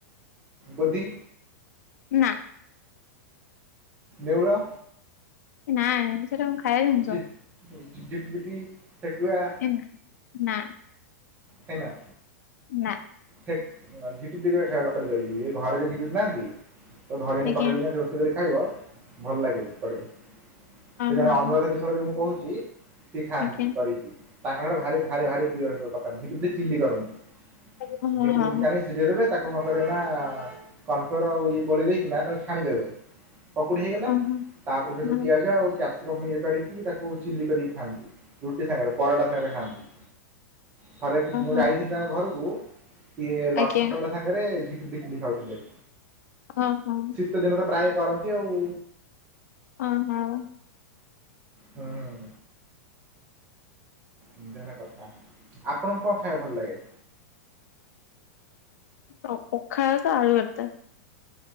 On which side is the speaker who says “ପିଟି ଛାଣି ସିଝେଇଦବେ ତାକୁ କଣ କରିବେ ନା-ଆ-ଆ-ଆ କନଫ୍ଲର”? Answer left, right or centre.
Right